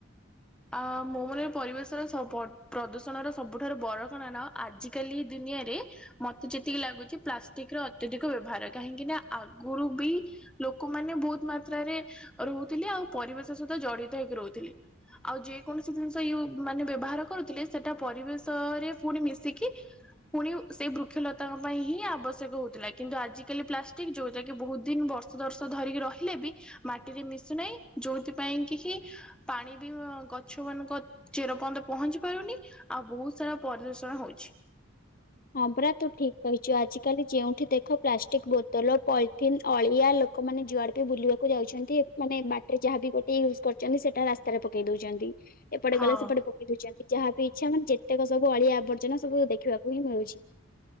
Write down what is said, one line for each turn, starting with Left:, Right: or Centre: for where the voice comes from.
Centre: ଆ ମୋ ମନରେ ପରିବେଶର <unintelligible> ପ୍ରଦୂଷଣର ସବୁଠାରୁ ବଡ଼ କାରଣ, ଆଜିକାଲି ଦୁନିଆରେ ମତେ ଯେତିକି ଲାଗୁଚି ପ୍ଲାଷ୍ଟିକ୍ ର ଅତ୍ୟଧିକ ବ୍ୟବହାର, କାହିଁକି ନା ଆଗୁରୁ ବି ଲୋକମାନେ ବହୁତ୍ ମାତ୍ରାରେ ରହୁଥିଲେ, ଆଉ ପରିବେଶ ସହିତ ଜଡିତ ହେଇକି ରହୁଥିଲେ। ଆଉ ଯେକୌଣସି ଜିନିଷ ମାନେ ବ୍ୟବହାର କରୁଥିଲେ, ସେଟା ପରିବେଶରେ ପୁଣି ମିଶିକି ପୁଣି ସେଇ ବୃକ୍ଷଲତାଙ୍କ ପାଇଁ ହିଁ ଆବଶ୍ୟକ ହଉଥିଲା, କିନ୍ତୁ ଆଜିିକାଲି ପ୍ଲାଷ୍ଟିକ୍ ଯୋଉଟା କି ବହୁତ ଦିନି ବର୍ଷ ବର୍ଷ ବର୍ଷ ଧରିକି ରହିଲେ ବି, ମାଟିରେ ମିଶୁନାହିଁ, ଯୋଉଥିପାଇଁ କି ହି ପାଣି ବି ଗଛ ମାନଙ୍କ ଚେର ପର୍ଯ୍ୟନ୍ତ ପହଞ୍ଚି ପାରୁନି ଆଉ ବହୁତ ସାରା ପରିଦୂଷଣ ହଉଛି।
Left: ହଁ ପରା ତୁ ଠିକ କହିଛୁ, ଆଜିକାଲି ଯେଉଁଠି ଦେଖ ପ୍ଲାଷ୍ଟିକ ବୋତଲ, ପଲିଥିନ୍ ଅଳିଆ ଲୋ ଲୋକମାନେ ଯୁଆଡେ ବି ବୁଲିବାକୁ ଯାଉଚନ୍ତି, ମାନେ ବାଟରେ ଯାହାବି ଗୋଟେ ୟୁଜ କରୁଚନ୍ତି, ସେଟା ରାସ୍ତାରେ ପକେଇ ଦଉଚନ୍ତି। ଏପଟେ
Centre: ହଁ।
Left: ଗଲେ ସେପଟେ ପକେଇ ଦଉଚନ୍ତି, ଯାହା ବିି ଇଛା ମାନେ ଯେତେକ ସବୁ ଅଳିଆ ଆବର୍ଜନା ସବୁ ଦେଖିବାକୁ ହିଁ ମିଳୁଚି।